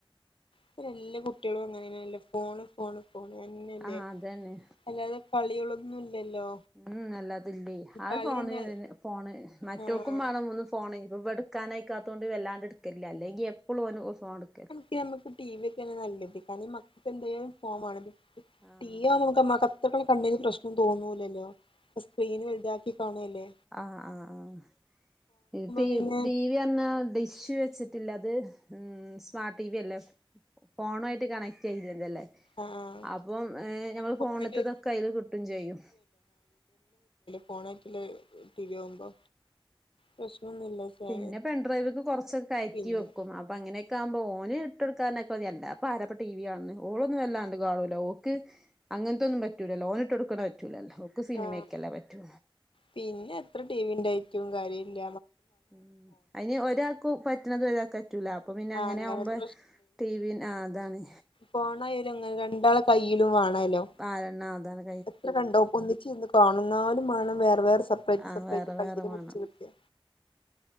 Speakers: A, on the left; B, in the centre.
A: പ്പ ഏല്ലാ കുട്ടീളും അങ്ങനെന്നെല്ലേ ഫോണ് ഫോണ് പോണന്നെയല്ലേ
B: ആഹ് അതന്നെ
A: അല്ലാതെ കളിയാളൊന്നും ഇല്ലല്ലോ.
B: ഉം അല്ലാത്തില്ലേ ആ
A: കളി
B: ഫോണ്
A: തന്നെ
B: ഫോണ് മറ്റൊൾക്കും
A: ആഹ്
B: മാണം ഒന്ന് ഫോണ് ഇവട്ക്കാനായക്കാതൊണ്ട് വല്ലാണ്ട് ട്ക്കലില്ല അല്ലെങ്കി എപ്പളും ഓന് ഫോൺ എടുക്കല്
A: ഞമ്മക്ക് ടി. വി ഒക്കെന് നല്ലത് കാരണം മക്കക്ക് എന്താലും ഫോം മാണം
B: ആഹ്
A: ടി. വി <unintelligible> <unintelligible> കണ്ണിന് പ്രശ്നം തോന്നൂലല്ലോ സ്ക്രീന് വൽതാക്കി കാണ്ല്ലേ.
B: ആഹ്‌ ആ ആ <unintelligible> തീ
A: പിന്നെ
B: <unintelligible> ഡിഷ് വെച്ചിട്ടില്ല അത് ഹമ് സ്മാർട്ട് ടി. വി അല്ലേ ഫോണായിട്ട് കണക്ട് ചെയ് <unintelligible> അല്ലേ.
A: ആഹ്
B: അപ്പം ഞമ്മള്
A: ഫോണില്
B: ഫോണ്ത്തതൊക്കെ അയില് കിട്ടും ചെയ്യും.
A: ഫോണക്കില് രിയാകുമ്പോ പ്രശ്നൊന്നുല്ല. പക്ഷെ
B: പിന്നെ പെൺഡ്രൈവ്ക്ക് കൊറച്ചൊക്കെ കയറ്റി
A: പിന്നെ
B: വെക്കും അപ്പൊ അങ്ങനേ ക്കാവും മ്പോ ഓന് ഇട്ടെടുക്കാനക്കെ മതി എല്ലാപ്പ ആരപ്പ ടി. വി കാൻണ് ഓളൊന്നു വല്ലാണ്ട് കാണൂല ഓക്ക് അങ്ങൻത്തൊന്നും പറ്റൂലല്ലൊ ഓന് ട്ടൊടുക്ക്ന പറ്റൂലല്ലോ ഓക്ക് സിനിമയ്ക്കല്ലേ
A: ആഹ്
B: പറ്റൂ
A: പിന്നെ എത്ര ടി വിന്റായ്റ്റും കാര്യഇല്ല
B: ഉം അയിനി ഒരാ ക്കു പറ്റ്ണത് ഒരാക്കറ്റൂല അപ്പൊ പിന്നെ
A: ആ
B: അങ്ങനെ
A: അങ്ങനത്തെ
B: ആവുംമ്പോ ടി. വി ആഹ്‌ അതാണ്.
A: പോണായാലും അങ്ങനെ രണ്ടാള കയ്യിലും വാണല്ലൊ.
B: പാരണ്ണതാണ്
A: എത്ര കണ്ടോ ഒന്നിച്ചിഇരുന്നു കാണും ന്നാലും വാണം വേറെ വേറെ അപ്പ്
B: ആ
A: സപ്പായിട്ട്
B: വേറെ
A: കയ്യിൽ
B: വേറെ വേണം
A: മുടിച്ചു കിട്ടിയ